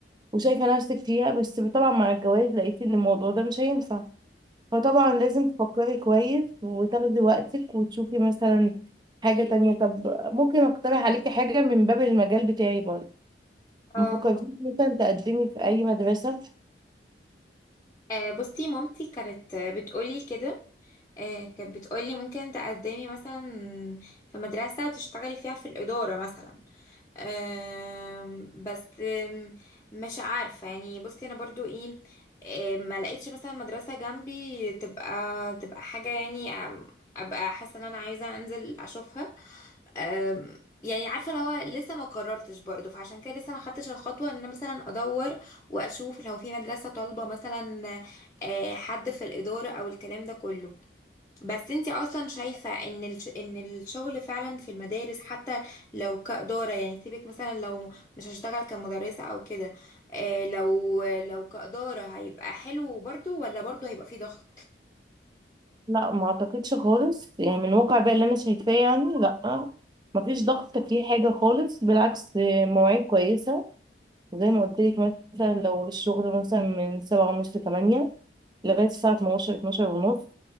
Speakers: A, on the right; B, on the left.
A: وشايفه نفسك فيها بس طبعا مع الجواز لقيتي ان الموضوع ده مش هينفع فطبعا لازم تفكري كويس وتاخدي وقتك وتشوفي مثلا حاجه تانية طب ممكن اقترح عليكي حاجه من باب المجال بتاعي برضه
B: اه
A: ما فكرتيش مثلا تقدمي في اي مدرسه
B: آه، بصي مامتي كانت آه، بتقولي كده آه، كانت بتقولي ممكن تقدمي مثلا في مدرسة تشتغلي فيها في الإدارة مثلا آم، بس آم، مش عارفة يعني بصي أنا برضو إيه آه، ما لقيتش مثلا مدرسة جنبي تبقى تبقى حاجة يعني آم، أبقى حاسة إن أنا عايزة أنزل أشوفها أم، يعني عارفه اللي هو لسه ما قررتش برضه فعشان كده لسه ما خدتش الخطوه ان انا مثلا ادور واشوف لو في مدرسه طالبه مثلا آه، حد في الاداره او الكلام ده كله بس انتي اصلا شايفه ان الش... ان الشغل فعلا في المدارس حتى لو كاداره يعني سيبك مثلا لو مش هشتغل كمدرسه او كده آه، لو لو كاداره هيبقى حلو برضه ولا برضه هيبقى فيه ضغط
A: لا ما اعتقدش خالص يعني من الواقع بقى اللي انا شايفاه يعني لا ما فيش ضغط في حاجه خالص بالعكس آه، مواعيد كويسه زي ما قلت لك مثلا لو الشغل مثلا من سبعة ونص لتمانية لغايه الساعه 12 12 ونص